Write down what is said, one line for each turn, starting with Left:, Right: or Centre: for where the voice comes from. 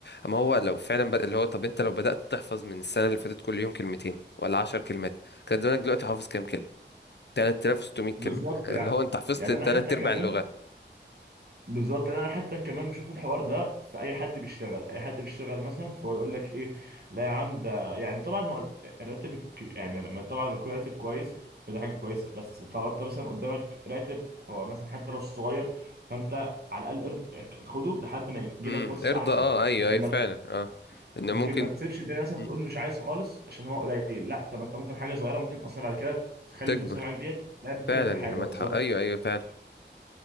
Left: اما هو لو فعلا بد... اللي هو طب انت لو بدات تحفظ من السنه اللي فاتت كل يوم كلمتين ولا 10 كلمات كان زمانك دلوقتي حافظ كام كلمه 3600
Right: بالظبط
Left: كلمه اللي
Right: يعني
Left: هو انت حفظت
Right: يعني
Left: تلات
Right: انا حتى
Left: ارباع
Right: كمان
Left: اللغه
Right: بالظبط انا حتى كمان بشوف الحوار ده في اي حد بيشتغل اي حد بيشتغل مثلا فهو يقول لك ايه لا يا عم ده يعني طبعا هو الراتب الك- يعني لما طبعا لما يكون راتب كويس فده حاجه كويسه بس طبعا انت مثلا قدامك راتب هو مثلا حتى لو صغير فانت على الاقل ارض- خده لحد ما يجي
Left: امم
Right: لك فرصه
Left: ارضى
Right: احسن
Left: اه ايوه
Right: لكن
Left: ايوه
Right: ما
Left: فعلا اه ان
Right: لكن
Left: ممكن
Right: ما تسيبش الدنيا مثلا
Left: مم.
Right: تقول مش عايز خالص عشان هو قليل لا طب انت ممكن حاجه صغيره ممكن اصلا بعد كده تخلي
Left: تكبر
Right: الفلوس اللي معاك ديت لا بتفيدك
Left: فعلا
Right: في
Left: لما
Right: حاجه بالظبط
Left: تح... ايوه ايوه فعلا